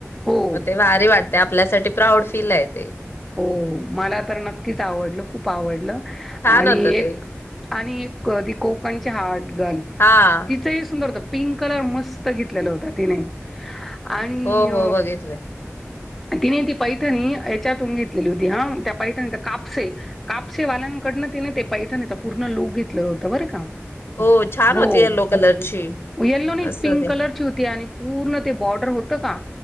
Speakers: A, in the centre; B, on the left.
A: हो.
B: म ते भारी वाट- ते आपल्यासाठी प्राऊड फील आहे ते.
A: हो मला तर नक्कीच आवडलं. खूप आवडलं.
B: छान
A: आणि
B: होतं
A: एक
B: ते.
A: आणि एक ती कोकणची हार्ट गर्ल
B: हां.
A: तिचं ही सुंदर होत. पिंक कलर मस्त घेतलेला होता तिने. आणि
B: हो, हो बघितलंय.
A: तिने ती पैठनी त्यातून घेतलेली होती हा त्या पैठणीचा कापसे कापसेवाल्यांकडनं तिने ते पैठणीचा पूर्ण लुक घेतलेला होता बरं का.
B: हो छान
A: हो
B: होती येल्लो कलरची.
A: येल्लो नी
B: मस्त
A: पिंक
B: होती.
A: कलरची होती आणि पूर्ण ते बॉर्डर होत का